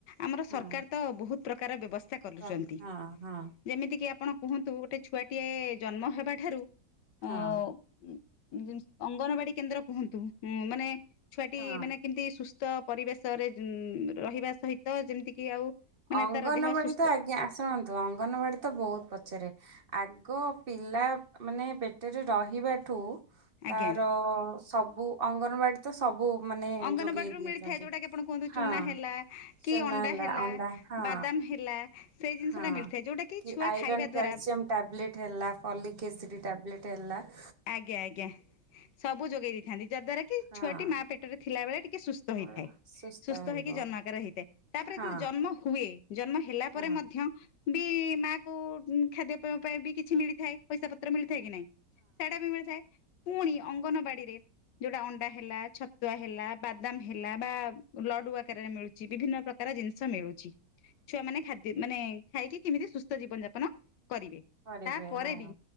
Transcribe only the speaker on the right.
ହଁ
ରଖ ହଁ ହଁ
ହଁ।
ହଁ
ଅଙ୍ଗନବାଡି
ତ ଆଜ୍ଞା ଆସୁଣନ୍ତୁ ଅଙ୍ଗନବାଡି ତ ବହୁତ ପଛରେ ଆଗ୍ ଏକ ପିଲା ମାନେ ପେଟରେ ରହିବାଠୁ
ତାର ଅ ସବୁ ଅଙ୍ଗନବାଡି ତ ସବୁ ମାନେ
ଯୋଗେଇ ଦଉଛନ୍ତି
ହଁ।
ଚୁନା
ଅଣ୍ଡା ହଁ
ହଁ
କି
ଆଇରନ୍
କ୍ୟାଲସିୟମ
ଟ୍ୟାବଲେଟ୍ ହେଲା ଫଲିକ ଏସିଡି ଟାବଲେଟ୍ େନ ଲାକ୍ଷ
ହଁ
ଭଲ,
ରହିବ
ହଁ
ହଁ।
କରିବେ
ହଁ